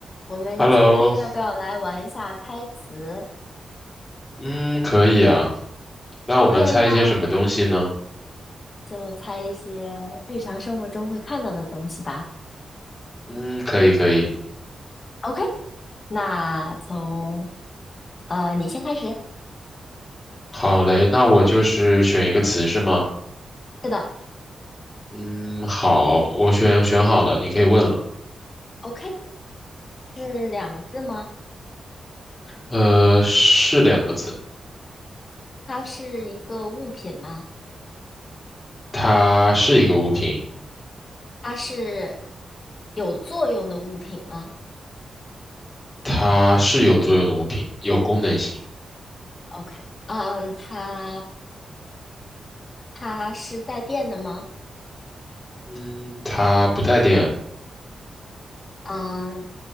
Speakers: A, on the left; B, on the left.
A: 我们今天要不要来玩一下猜词
B: Hello，嗯，可以啊。那我们猜一些什么东西呢？
A: ？OK，那就猜一些日常生活中会看到的东西吧。
B: 嗯，可以，可以。
A: OK，那从呃你先开始。
B: 好嘞，那我就是选一个词是吗？
A: 是的
B: 嗯，好，我选选好了，你可以问了。
A: ，OK，是两个字吗？
B: 呃，是两个字，
A: 它是一个物品吗？
B: 它是一个物品，
A: 它是有作用的物品吗
B: 它是有作用的物品，有功能性。
A: ？OK，嗯，它它是带电的吗？
B: 嗯，它不带电。
A: 嗯，